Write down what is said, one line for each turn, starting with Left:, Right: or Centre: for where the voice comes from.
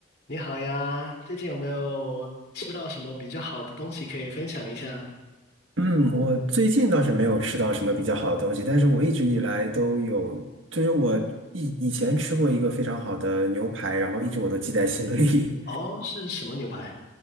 Left: 你好呀，最近有没有吃到什么比较好的东西可以分享一下？
Right: 嗯，我最近倒是没有吃到什么比较好的东西，但是我一直以来都有，就是我以以前吃过一个非常好的牛排，然后一直我都记在心里。
Left: 哦，是什么牛排？